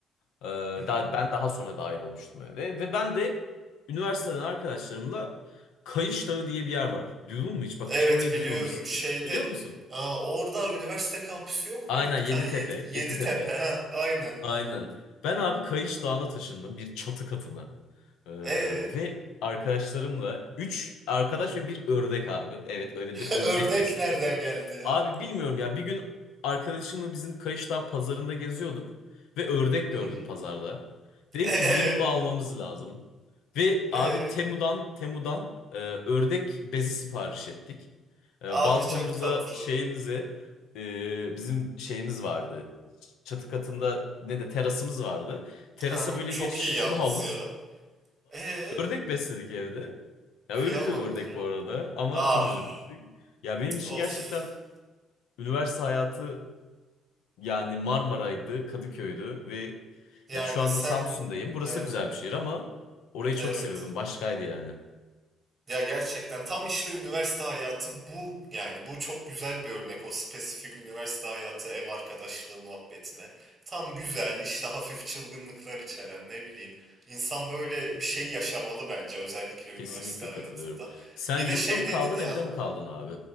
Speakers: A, on the left; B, on the right.
A: Ee,
B: Hı hı.
A: daha, ben daha sonra dahil olmuştum eve ve ben de üniversiteden arkadaşlarımla Kayış Dağı diye bir yer var. Duydun mu hiç? Bak
B: Evet
A: işte orayı
B: biliyorum
A: duymamışsındır.
B: şeyde
A: Biliyor musun?
B: aa, orada üniversite kampüsü yok
A: Aynen
B: muydu bir
A: Yeditepe,
B: tane Yedi,
A: Yeditepe.
B: Yeditepe ha aynen
A: Aynen.
B: aynen.
A: Ben abi Kayış Dağı'na taşındım bir çatı katına. Ee,
B: E
A: ve arkadaşlarımla 3 arkadaş ve bir ördek abi. Evet öyle de
B: <laughs>
A: ördek
B: ördek
A: besledik.
B: nereden geldi ya?
A: Abi bilmiyorum ya bir gün arkadaşımla bizim Kayışdağ pazarında geziyorduk ve ördek
B: Hı.
A: gördük pazarda. Dedik
B: E,
A: ki bizim
B: e,
A: bunu almamız lazım. Ve
B: e.
A: abi Temu'dan Temu'dan e, ördek bezi sipariş ettik. E,
B: Abi
A: balkonumuza
B: çok tatlı.
A: şeyimize e, bizim şeyimiz vardı. Çatı katında ne de terasımız vardı. Terasa
B: Ha,
A: böyle
B: çok
A: bir şişme
B: iyi yalnız
A: havuzla
B: ya. E
A: ördek besledik evde. Ya
B: kıyamam
A: öldü ördek
B: ya.
A: bu arada ama
B: Ah
A: çok üzülmüştük. Ya benim için
B: of
A: gerçekten Üniversite hayatı yani Marmara'ydı, Kadıköy'dü ve
B: yani
A: ya şu anda
B: sen
A: Samsun'dayım. Burası
B: e,
A: da güzel bir şehir ama orayı çok
B: evet.
A: seviyordum. Başkaydı yani.
B: Ya gerçekten tam işte üniversite hayatı bu yani bu çok güzel bir örnek o spesifik üniversite hayatı ev arkadaşlığı muhabbetine. Tam güzel işte hafif çılgınlıklar içeren ne bileyim. insan böyle bir şey yaşamalı bence özellikle üniversite
A: Kesinlikle
B: hayatında.
A: katılıyorum. Sen
B: Bir
A: yurtta
B: de şey
A: mı kaldın,
B: dedin ya
A: evde mi kaldın abi?